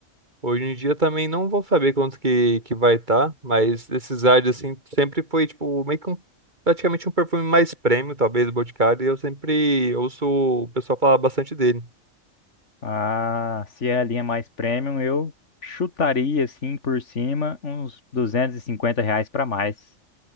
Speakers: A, on the right; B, on the left.
A: Hoje em dia também não vou saber quanto que, que vai estar, tá, mas esses ads assim sempre foi tipo meio que um, praticamente um perfume mais premium, talvez do Boticário, e eu sempre ouço o pessoal falar bastante dele.
B: Ah, se é a linha mais premium, eu chutaria assim por cima uns 250 reais para mais.